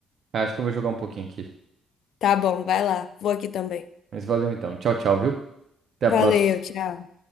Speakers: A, on the right; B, on the left.
A: Acho que eu vou jogar um pouquinho aqui.
B: Tá bom, vai lá. Vou aqui também.
A: Mas valeu então. Tchau, tchau, viu? Até
B: Valeu,
A: a próxima.
B: tchau.